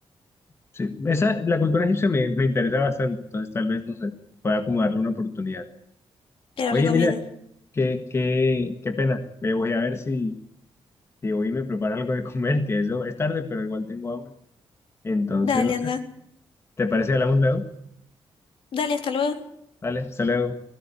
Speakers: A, on the left (about 25°); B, on the left (about 70°).
A: Sí, esa, la cultura egipcia me, me interesa bastante, entonces tal vez, no sé, pueda como darle una oportunidad.
B: te la
A: Oye,
B: recomiendo.
A: Emilia. Qué, qué, qué pena. Me voy a ver si, si hoy me preparo algo de comer, <laughs> que eso es tarde, pero igual tengo hambre. Entonces,
B: Dale,
A: no sé.
B: anda,
A: ¿Te parece que hablamos luego?
B: dale, hasta luego.
A: Vale, hasta luego.